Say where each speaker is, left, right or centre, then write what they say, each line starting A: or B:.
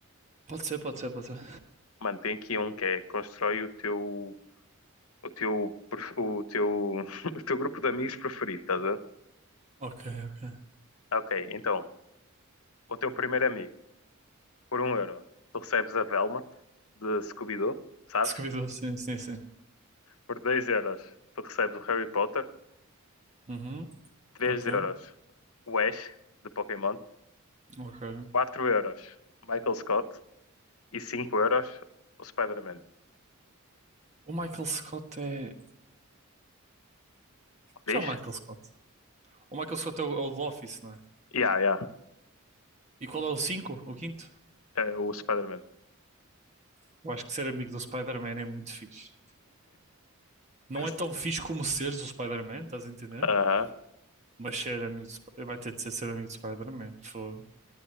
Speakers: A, on the right; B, on the left.
A: Pode ser, pode ser, pode ser.
B: Mano, tem aqui um que é constrói o teu... O teu, perf- o teu, <laughs> o teu grupo de amigos preferido, estás a ver?
A: Ok, ok.
B: Ok, então, o teu primeiro amigo, por um euro, tu recebes a Velma de Scooby-Doo, sabes?
A: Scooby-Doo, sim, sim, sim.
B: Por 2 euros, tu recebes o Harry Potter.
A: Uhum,
B: três
A: ok,
B: euros, o Ash de Pokémon.
A: ok.
B: quatro euros, Michael Scott. E 5 euros, o Spider-Man.
A: O Michael Scott é... Que
B: Diz?
A: é o Michael Scott? O Michael Scott é o, é o do Office, não é?
B: Yeah, yeah,
A: E qual é o cinco O quinto?
B: é o Spider-Man.
A: Eu acho que ser amigo do Spider-Man é muito fixe. Não
B: <laughs>
A: é tão fixe como seres o Spider-Man, estás a entender?
B: Aham,
A: Mas ser amigo do... Sp- Vai ter de ser ser amigo do Spider-Man. fogo.